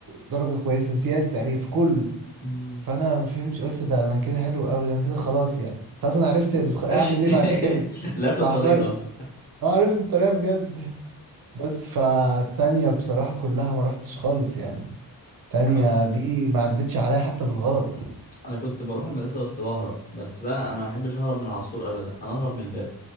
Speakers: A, on the right; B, on the left.
A: درجة كويسة امتياز تقريبا في كله
B: مم.
A: فأنا ما فهمتش قلت ده أنا كده حلو أوي ده أنا كده خلاص يعني خلاص أنا عرفت ال-
B: <laughs>
A: أعمل إيه بعد كده
B: لفت الطريقه
A: ما أحضرش أه عرفت الطريقة بجد بس فالتانية بصراحة كلها ما رحتش خالص يعني التانية
B: <laughs>
A: دي ما عدتش عليا حتى بالغلط
B: انا كنت بروح المدرسه بس بهرب بس بقى انا ما بحبش اهرب من على السور ابدا انا اهرب من الباب